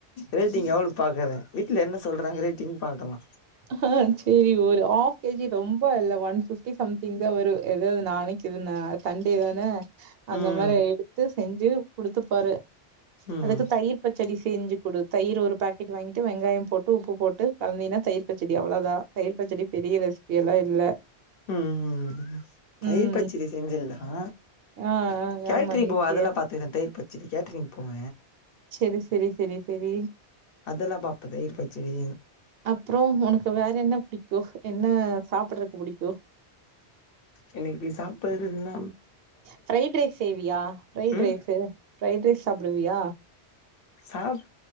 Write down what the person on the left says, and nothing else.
ரேட்டிங் எவ்வளவு பாக்குற வீட்டுல என்ன. சொல்றாங்க ரேட்டீங் பாக்கலா.
ம்
ம்
உஹம்ம் தயிர்
பச்சடி செஞ்சிருந்தனா
கேட்ரிங்
போவ அதெல்லா பாத்துருக்க தயிர் பச். சேரி கேட்டரிங்போவ.
அதெல்லா பாப்ப தயிர்பச்சடி.
இன்னிக்கு நீ சாப்படுறன்னா.
ம்
சாப்